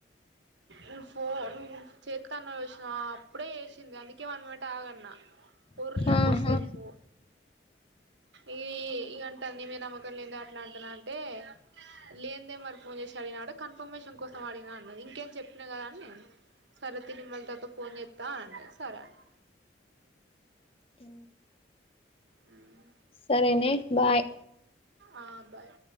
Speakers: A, on the right; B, on the left.
A: నువ్ ఫోన్ నువ్ చేతన్ సూసిన్నావా అప్పుడే వేసింది అందుకే వన్ మినిట్ ఆగానా ఉర్నే
B: ఆహా
A: కొద్సేపు ఈ <unintelligible>
B: హ్మ్
A: అక్క లేద అట్లా అంటునా అంటే లేనిదే మరి ఫోన్ చేసి అడిగినడు కన్ఫర్మేషన్ కోసం అడిగిన అన్నది ఇంకా ఇంకేం చెప్పినా కదా అని సరే తిన్ని మళ్ళీ తర్వాత ఫోన్ చేస్తా అన్నది సరే అన్నా
B: అ
A: హ్మ్
B: సరేనే బాయ్
A: ఆ బాయ్